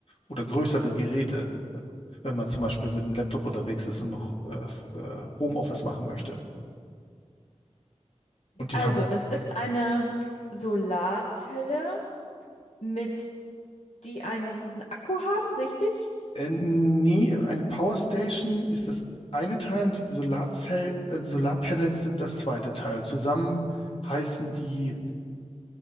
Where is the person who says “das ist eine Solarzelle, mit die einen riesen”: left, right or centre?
Left